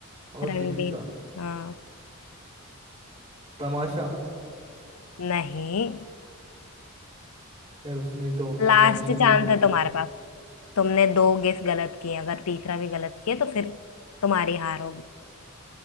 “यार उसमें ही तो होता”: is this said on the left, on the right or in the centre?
Right